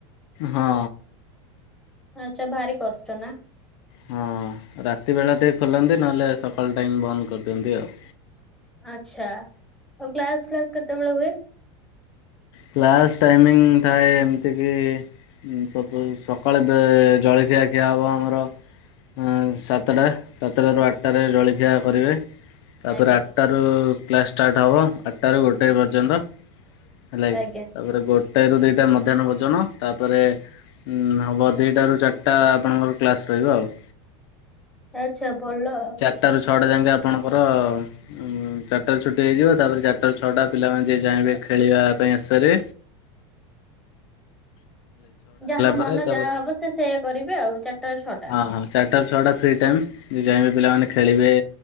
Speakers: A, on the left (about 60°); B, in the centre.
A: ହଁ।
B: ଆଛା ଭାରି କଷ୍ଟ ନା?
A: ହଁ ରାତି ବେଳା ଟିକେ ଖୋଲନ୍ତି ନହେଲେ ସକାଳ ଟାଇମ୍ ବନ୍ଦ କରିଦିଅନ୍ତି ଆଉ।
B: ଆଛା ଆଉ କ୍ଲାସ ଫ୍ଲାସ୍ କେତେବେଳେ ହୁଏ?
A: କ୍ଲାସ ଟାଇମିଙ୍ଗ ଥାଏ ଏମିତି କି ଉଁ ସ ସକାଳେ ଜଳଖିଆ ଖିଆ ହବ ଆମର ଉଁ ସାତଟା ସାତଟାରୁ ଆଠଟାରେ ଜଳଖିଆ କରିବେ। ତାପରେ
B: ଆଜ୍ଞା
A: ଆଠଟାରୁ କ୍ଲାସ୍ ଷ୍ଟାର୍ଟ ହେବ ଆଠଟାରୁ ଗୋଟାଏ ପର୍ଯ୍ୟନ୍ତ। ହେଲା କି
B: ଆଜ୍ଞା
A: ତାପରେ ଗୋଟାଏ ରୁ ଦୁଇଟା ମଧ୍ୟାହ୍ନ ଭୋଜନ ତାପରେ ଉଁ ହବ ଦୁଇଟାରୁ ଚାରିଟା ଆପଣଙ୍କର କ୍ଲାସ୍ ରହିବ ଆଉ।
B: ଆଚ୍ଛା ଭଲ ଆଉ।
A: ଆଠଟାରୁ ଛଅଟା ଯାକେ ଆପଣଙ୍କର ଉଁ ଚାରିଟାରୁ ଛୁଟି ହେଇଯିବ ତାପରେ ଚାରିଟାରୁ ଛଅଟା ପିଲାମାନେ ଯିଏ ଯାଇଁବେ ଖେଳିବା ପୟେଶରେ
B: ଯାହା ମନ
A: ପରେ ତାପରେ
B: ଯାହା ହବ ସେ ସେଇଆ କରିବେ ଆଉ ଚାରିଟା ଛଅଟା।
A: ହଁ ହଁ ଚାରିଟାରୁ ଛଅଟା ଫ୍ରି ଟାଇମ୍ ଯେ ଯାଇଁବେ ପିଲାମାନେ ଖେଳିବେ